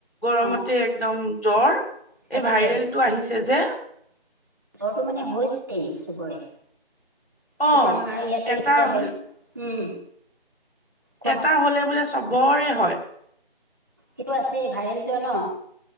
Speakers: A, on the left; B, on the right.
A: গৰমতে
B: অ
A: একদম জ্বৰ
B: তাকে
A: এই ভাইৰেল টো আহিছে যে
B: জ্বৰটো মানে হৈছেই চবৰে
A: অ'।
B: এইটো আমাৰ ইয়াতো
A: এটাৰ
B: এতিয়া
A: হ'ল
B: ব উম কোৱা
A: এটা হ'লে বোলে চবৰে হয়।
B: সেইটো আছেই ভাইৰেলজে ন